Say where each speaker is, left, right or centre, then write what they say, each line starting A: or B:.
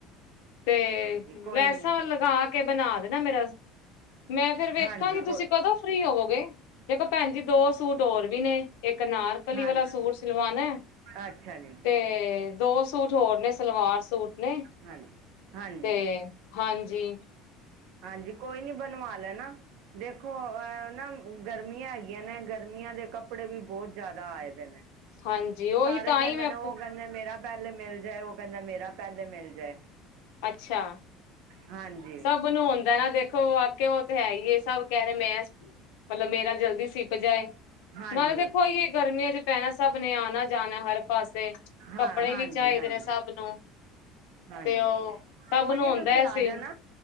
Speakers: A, on the left; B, on the right.
A: ਤੇ
B: ਹਾਂਜੀ ਕੋਈ
A: ਲੈਸਾਂ
B: ਨੀ
A: ਲਗਾ ਕੇ ਬਣਾ ਦੇਣਾ ਮੇਰਾ ਮੈਂ ਫੇਰ ਵੇਖਾਂਗੀ
B: ਹਾਂਜੀ
A: ਤੁਸੀਂ
B: ਕੋ
A: ਕਦੋਂ ਫਰੀ ਹੋਵੋਗੇ ਦੇਖੋ ਭੈਣ ਜੀ ਦੋ ਸੂਟ ਹੋਰ ਵੀ ਨੇ ਇੱਕ ਅਨਾਰ ਕਲੀ
B: ਹਾਂ
A: ਵਾਲਾ ਸੂਟ ਸਿਲਵਾਣਾ
B: ਅੱਛਾ ਜੀ
A: ਤੇ ਦੋ ਸੂਟ ਹੋਰ ਨੇ ਸਲਵਾਰ ਸੂਟ ਨੇ
B: ਹਾਂਜੀ ਹਾਂਜੀ
A: ਤੇ ਹਾਂਜੀ।
B: ਹਾਂਜੀ ਕੋਈ ਨੀ ਬਣਵਾ ਲੈਣਾ। ਦੇਖੋ ਆ ਨਾ ਗਰਮੀਆਂ ਹੈਗੀਆਂ ਨੇ ਗਰਮੀਆਂ ਦੇ ਕੱਪੜੇ ਵੀ ਬੋ ਜਾਦਾ ਆਏ ਦੇ ਨੇ।
A: ਹਾਂਜੀ ਉਹੀ
B: ਸਾਰੇ
A: ਤਾਂ
B: ਕੈਂਦੇ
A: ਹੀ ਮੈਂ
B: ਨੇ ਓ ਕੈਂਦੇ ਮੇਰਾ ਪੈਲੇ ਮਿਲ ਜਾਏ ਓ ਕੈਂਦਾ ਮੇਰਾ ਪੈਲੇ ਮਿਲ ਜਾਏ।
A: ਅੱਛਾ
B: ਹਾਂਜੀ
A: ਸਭ ਨੂੰ ਹੁੰਦਾ ਨਾ ਦੇਖੋ ਆਕੇ ਓ ਤੇ ਹੈ ਹੀ ਏ ਸਭ ਕੈ ਰਏ ਮੈਂ ਮਤਲਬ ਮੇਰਾ ਜਲਦੀ ਸਿਪ ਜਾਏ
B: ਹਾਂਜੀ
A: ਨਾਲੇ ਦੇਖੋ ਅਈ ਗਰਮੀਆਂ 'ਚ ਪੈਣਾ ਸਬ ਨੇ ਆਣਾ। ਜਾਣਾ ਹਰ ਪਾਸੇ ਕੱਪੜੇ
B: ਹਾਂ ਹਾਂਜੀ
A: ਵੀ ਚਾਈਦੇ
B: ਹਾਂਜੀ
A: ਨੇ ਸਭ ਨੂੰ
B: ਹਾਂਜੀ
A: ਤੇ ਉਹ ਸਭ
B: ਕੋਈ
A: ਨੂੰ
B: ਨੀ
A: ਹੁੰਦਾ
B: ਤੁਸੀ
A: ਹੈ
B: ਆ
A: ਸੀ
B: ਜਾਣਾ।